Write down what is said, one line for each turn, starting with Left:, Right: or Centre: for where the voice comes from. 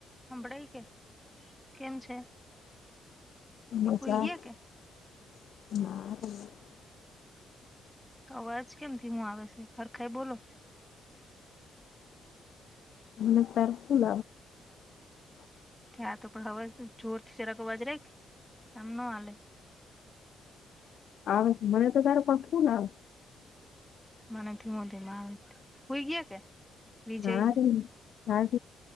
Centre: સાંભળાય કે કેમ છે
Left: હછા
Centre: હુઈ ગયા કે
Left: હ
Centre: અવાજ કેમ થીીમું આવે છે હરખાઈ બોલો
Left: અને તરફ લ
Centre: ત તો પણ હવે જોરથી ચરાકવાજરાય એમ ન હલે
Left: આવે મને તો તારે પખવું ને આવે
Centre: મ ધીમ ધીમા હો ગયા કે વિજયને
Left: ના ર